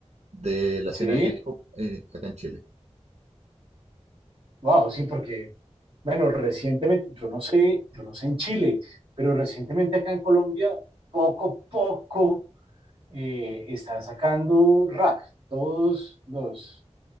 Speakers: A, on the right; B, on the right.
A: de la escena
B: Sí,
A: hip hop eh, acá en Chile.
B: wow, sí, porque, bueno, recientemente, yo no sé, yo no sé en Chile, pero recientemente acá en Colombia, poco, poco, eh, están sacando rack, todos los